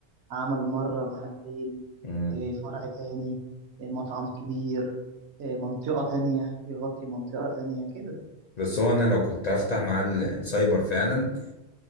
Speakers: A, on the right (about 75°); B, on the left (about 55°).
A: عمل مرة محلين
B: امم
A: إيه، فرع تاني إيه، مطعم كبير إيه، منطقة تانية يغطي منطقة تانية كده
B: بس هو انا لو كنت هفتح
A: بس
B: محل سايبر فعلا